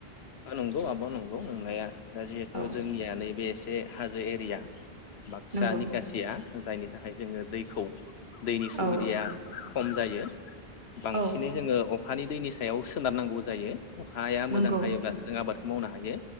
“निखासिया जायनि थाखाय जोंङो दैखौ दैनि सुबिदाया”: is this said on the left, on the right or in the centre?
Left